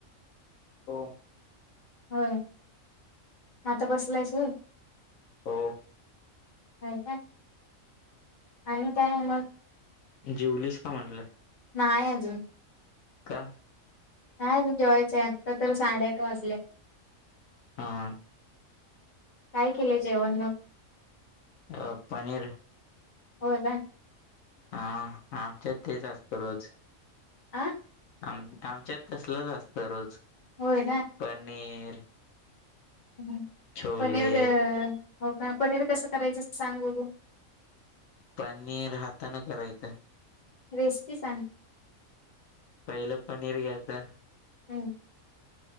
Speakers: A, on the left; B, on the left.
A: तो.
B: होय, आता बसलाइस होय.
A: हो
B: होय, काय आणि मग?
A: जेवलीस का म्हटलं?
B: नाही अजून.
A: का?
B: नाई अजून जेवायचंय आत्ता तर साडेआठ वाजलेत.
A: हा.
B: काय केलय जेवण मग?
A: अ पनीर.
B: होय काय.
A: हा आमच्यात तेच असतं रोज.
B: आ.
A: आम -आमच्यात तसलचं असतं रोज
B: होय
A: पनीर
B: ह
A: छोले
B: पनीर <unintelligible> हो का, पनीर कसं करायचं सांग बघु?
A: पनीर हातानं करायचं.
B: रेसिपी सांग?
A: पहिलं पनीर घ्यायचं
B: हम्म